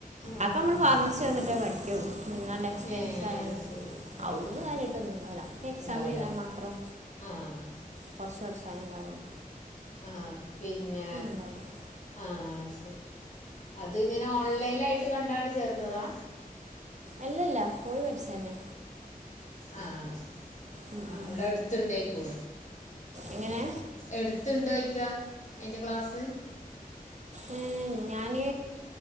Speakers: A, on the left; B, on the right.
A: ആഹ്
B: അപ്പൊ
A: ആഹ്
B: നമ്മള് ഫാർമസി വന്നിട്ടേ പഠിക്കള്ളു നിങ്ങാണ്ടെ എക്സ്പീരിയൻസ്
A: ഏഹ്
B: ആയണ്ട്
A: അത് ശരി ആഹ്
B: അവിടുന്ന്
A: ആഹ്
B: കാര്യമായിട്ടൊന്നുണ്ടാവില്ല നമുക്ക് എക്സാമം
A: ഉണ്ടാവൂല
B: എഴുതാൻ മാത്രം!
A: ആഹ്
B: കൊറച്ച് പഠിച്ചാനേ ഉണ്ടാവുള്ളൂ
A: ആഹ് പിന്നെ
B: ഉണ്ടാവില്ല
A: ആഹ് അത് ശരി അത് ഇങ്ങനെ ഓൺലൈനായിട്ട് കണ്ടാണ്ട് ചേർന്നതാ
B: അല്ലല്ല പോയി പഠിച്ച അന്നെ
A: ആഹ്
B: ഉം,
A: ആഹ്
B: ഉം.
A: അവിടെ അടുത്ത് ണ്ടേയ്ക്കോ
B: എങ്ങനെ
A: എടുത്തണ്ടായ്ക്കാ അയിന്റെ ക്ലാസ്
B: ഉം ഞാന്